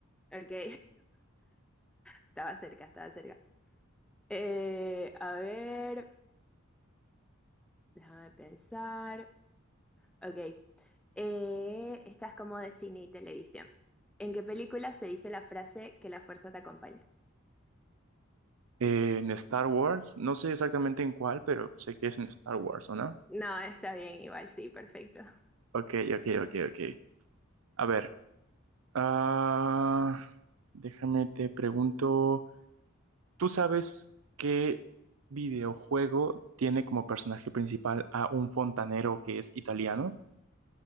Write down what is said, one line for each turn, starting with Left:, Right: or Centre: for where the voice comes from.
Centre: Ok. <laughs> Estaba cerca, estaba cerca. Eh, a ver, déjame pensar. Ok. Eh, esta es como de cine y televisión. ¿En qué película se dice la frase que la fuerza te acompaña?
Right: Eh, en Star Wars, no sé exactamente en cuál, pero sé que es en Star Wars, ¿o no?
Centre: No, está bien, igual, sí, perfecto.
Right: Ok, ok, ok, ok. A ver, ah, déjame te pregunto. ¿Tú sabes qué videojuego tiene como personaje principal a un fontanero que es italiano?